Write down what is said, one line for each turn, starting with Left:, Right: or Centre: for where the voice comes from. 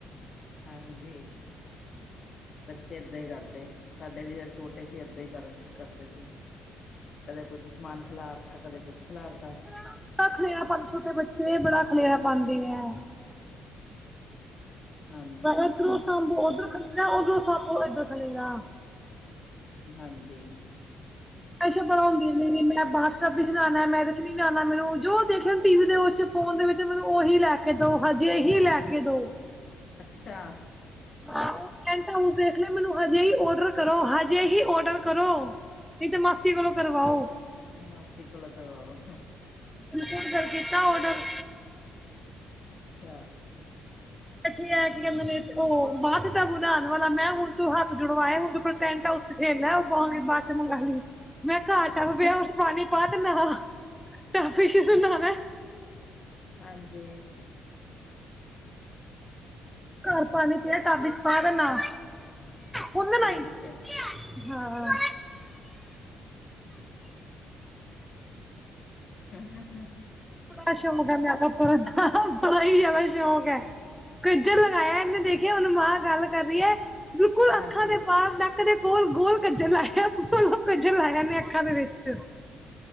Left: ਹ ਹਾਂਜੀ। ਬੱਚੇ ਏਦਾਂ ਹੀ ਕਰਦੇ, ਸਾਡੇ ਵੀ ਜ ਛੋਟੇ ਸੀ ਏਦਾਂ ਹੀ ਕਰਦੇ ਸੀ। ਕਦੇ ਕੁਛ ਸਮਾਨ ਖਿਲਾਰਤਾ, ਕਦੇ ਕੁਛ ਖਿਲਾਰਤਾ।
Centre: ਐਡਾ ਖਲੇਰਾ ਪਾਉਂ ਛੋਟੇ ਬੱਚੇ ਬੜਾ ਖਲੇਰਾ ਪਾਉਂਦੇ ਹੈ,
Left: ਹਾਂਜੀ
Centre: ਇਧਰੋਂ ਸਾਂਬੋ ਉਧਰ ਖਲੇਰਾ ਉਧਰੋਂ ਸਾਂਬੋ ਇਧਰ ਖਲੇਰਾ।
Left: ਹਾਂਜੀ,
Centre: ਸ਼ ਬੜਾਉਂਦੀਆਂ ਨੇ ਨਹੀਂ- ਨਹੀਂ ਮੈਂ ਬਾਤ ਕਰ ਰਹੀ ਸੀ ਮੈਂ-ਮੈਂ ਮੈਂ ਬਸਣਾ ਮੈਂ ਮੈਨੂੰ ਜੋ ਦੇਖਿਆ ਟੀ ਵੀ ਦੇ ਵਿੱਚ, ਫੋਨ ਦੇ ਵਿੱਚ ਮੈਨੂੰ ਉਹੀ ਲੈ ਕੇ ਦੋ, ਹਜੇ ਹੀ ਲੈ ਕੇ ਦੋ।
Left: ਅੱਛਾ,
Centre: ਾਊ ਦੇਖ ਲੇ ਮੈਨੂੰ ਹਜੇ ਹੀ ਓਡਰ ਕਰੋ ਹਜੇ ਹੀ ਓਡਰ ਕਰੋ ਨਹੀਂ ਤੇ ਮਸਤੀ ਕੋਲੋਂ ਕਰਵਾਓ।
Left: ਮਾਸੀ ਕੋਲੋਂ ਕਰਵਾਓ,
Centre: ਹੁਣ ਫੇਰ ਕਲ ਕੀਤਾ ਔਡਰ,
Left: ਅੱਛਾ
Centre: ਇਥੇ ਕੀ ਕਹਿੰਦੇ ਨੇ ਉਹ ਬਾਅਦ ਦਾ ਬੁਲਾਲੈਣ ਵਾਲਾ ਮੈਂ ਹੁਣ ਤੂੰ ਹੱਥ ਜੋੜ ਵਾਇਆ ਹੁਣ ਤੂੰ ਟੈਂਟ ਹਾਊਸ, ਤੇਠੇ ਲ ਉਹ ਬਾਂਗੇ ਬਾਅਦ ਮੰਗ ਲਈ ਮੈਂ ਕਿਹਾ ਘਰ ਟੱਪ ਪਿਆ ਉਹਦੇ ਚ ਪਾਣੀ ਪਾ ਤੇ ਨਾ ਟਾਪ ਵਿੱਚ ਤੇ ਨਹਾਉਣਾ ਹੈ।
Left: ਹਾਂਜੀ।
Centre: ਘਰ ਪਾਣੀ ਪਿਆ ਟੱਪ ਵਿਚ ਪਾ ਤੇ ਨਾਹ। ਉਨਾ
Left: ਠੀਕ
Centre: ਨਾ ਨਾਹੀਂ
Left: ਹੈ
Centre: ਹਾਂ।
Left: ਹੂੰ-ਹੂੰ, ਹੂੰ- ਹੂੰ।
Centre: ਬੜਾ ਸ਼ੌਕ ਹੈ ਮੇਰਾ ਕੱਪੜ ਬੜਾ ਹੀ ਜਿਆਦਾ ਸ਼ੌਕ ਹੈ। ਕਜਲ ਲਗਾਇਆ ਇਹਨੇ ਦੇਖਿਆ ਉਹਨੂੰ ਮਾਂ ਗੱਲ ਕਰ ਰਹੀ ਹੈ ਬਿਲਕੁਲ ਅੱਖਾਂ
Left: ਹਾਂਜੀ
Centre: ਦੇ ਪਾਸ ਨਕ ਦੇ- ਗੋਲ ਗੋਲ ਕੱਜਲ ਲਾਇਆੱਪ ਕੱਜਲ ਲਾਇਆ ਨੇ ਅੱਖਾਂ ਦੇ ਵਿੱਚ